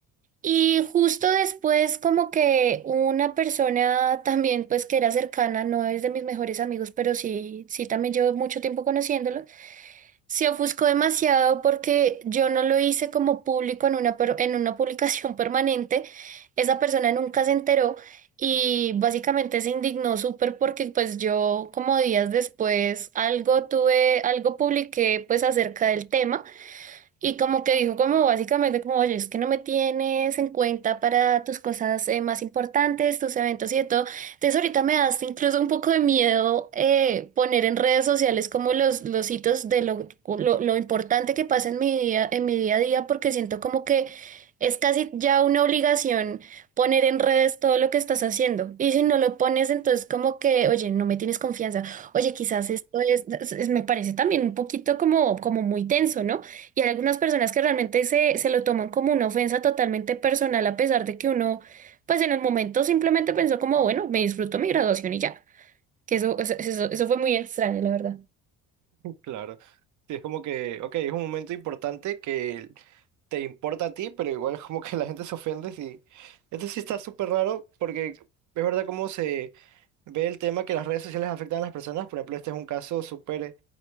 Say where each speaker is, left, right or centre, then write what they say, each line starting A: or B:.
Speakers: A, on the right; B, on the right.
A: Y justo después como que una persona también pues que era cercana, no es de mis mejores amigos, pero sí, sí también llevo mucho tiempo conociéndolo, se ofuscó demasiado porque yo no lo hice como público en una, per- en una publicación <laughs> permanente. Esa persona nunca se enteró y básicamente se indignó súper porque pues yo como días después algo tuve, algo publiqué pues acerca del tema. Y como que dijo, como básicamente, como, oye, es que no me tienes en cuenta para tus cosas eh, más importantes, tus eventos y de todo. Entonces ahorita me das incluso un poco de miedo eh, poner en redes sociales como los, los hitos de lo, lo, lo importante que pasa en mi día, en mi día a día, porque siento como que es casi ya una obligación poner en redes todo lo que estás haciendo. Y si no lo pones, entonces como que, oye, no me tienes confianza. Oye, quizás esto es, es- me parece también un poquito como, como muy tenso, ¿no? Y hay algunas personas que realmente se, se lo toman como una ofensa totalmente personal, a pesar de que uno, pues en el momento simplemente pensó como, bueno, me disfruto mi graduación y ya. Que eso, eso, eso eso fue muy extraño, la verdad.
B: Claro. Sí, es como que, ok, es un momento importante que te importa a ti, pero igual <laughs> como que la gente se ofende. Sí. Esto sí está súper raro porque es verdad cómo se ve el tema que las redes sociales afectan a las personas. Por ejemplo, este es un caso súper